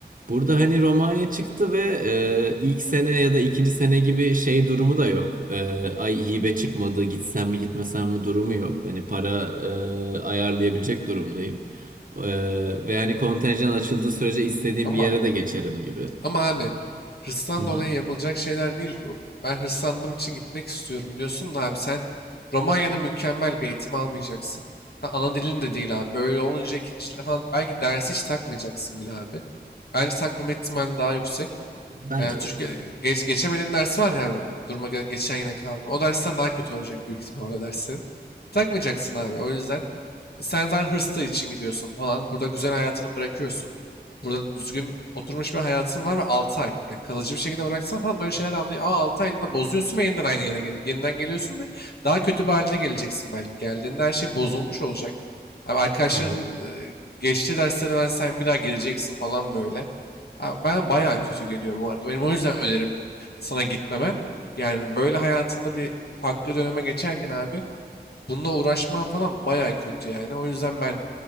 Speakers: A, on the right; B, on the left.
A: Burada hani Romanya çıktı ve e, ilk sene ya da ikinci sene gibi şey durumu da yok. E, ay hibe çıkmadı, gitsem mi gitmesem mi durumu yok. Hani para e, ayarlayabilecek durumdayım. E, ve yani kontenjan açıldığı sürece istediğim
B: Ama
A: bir yere de geçerim gibi.
B: Ama abi hırstan
A: Hı hı.
B: dolayı yapılacak şeyler değil ki bu. Ben hırslandığım için gitmek istiyorum diyorsun da abi sen Romanya'da mükemmel bir eğitim almayacaksın. Ha, ana dilin de değil abi. Böyle olunca ikinci dilde falan belki dersi hiç takmayacaksın bile abi. Bence takmama ihtimali daha yüksek.
A: Bence
B: Ee, Türkiye
A: de.
B: geç, geçemediğin ders var ya abi. Duruma göre geçen yine kaldın. O dersten daha kötü olacak büyük ihtimal orada derslerin. Takmayacaksın abi. O yüzden sen zaten hırsla için gidiyorsun falan. Burada güzel hayatını bırakıyorsun. Burada düzgün oturmuş bir hayatın var ve 6 ay. Ya kalıcı bir şekilde bıraksan falan böyle şeyler anlıyor. Ama 6 aylığında bozuyorsun ve yeniden aynı yere gel- yeniden geliyorsun ve daha kötü bir halde geleceksin belki. Geldiğinde her şey bozulmuş olacak. Abi arkadaşların
A: Hı hı.
B: e, geçtiği derslere ben sen bir daha gireceksin falan böyle. Abi ben bayağı kötü geliyor bu arada. Benim o yüzden önerim sana gitmemen. Yani böyle hayatında bir farklı döneme geçerken abi bununla uğraşman falan baya kötü yani. O yüzden ben